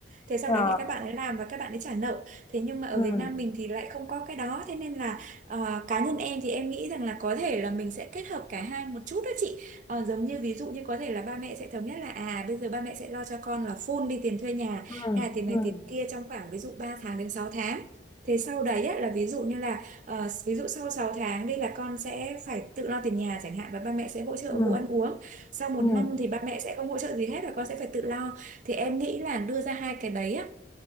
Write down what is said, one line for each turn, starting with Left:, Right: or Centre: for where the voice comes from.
Right: thế sau
Left: ờ
Right: đấy thì các bạn ấy làm và các bạn ấy trả nợ thế nhưng mà ở
Left: ừ
Right: Việt Nam mình thì lại không có cái đó thế nên là ờ, cá nhân em thì em nghĩ rằng là có thể là mình sẽ kết hợp cả hai một chút đó chị Ờ, giống như ví dụ như có thể là ba mẹ sẽ thống nhất là à bây giờ ba mẹ sẽ lo cho con là full đi tiền thuê nhà
Left: ừ
Right: hay là tiền
Left: ừ
Right: này tiền kia trong khoảng ví dụ ba tháng đến sáu tháng Thế sau đấy á, là ví dụ như là ờ, ví dụ sau 6 tháng đây là con sẽ phải tự lo tiền nhà chẳng hạn và ba mẹ sẽ hỗ trợ
Left: ừ
Right: vụ ăn uống. Sau một
Left: ừ
Right: năm thì ba mẹ sẽ không hỗ trợ gì hết và con sẽ phải tự lo thì em nghĩ là đưa ra hai cái đấy á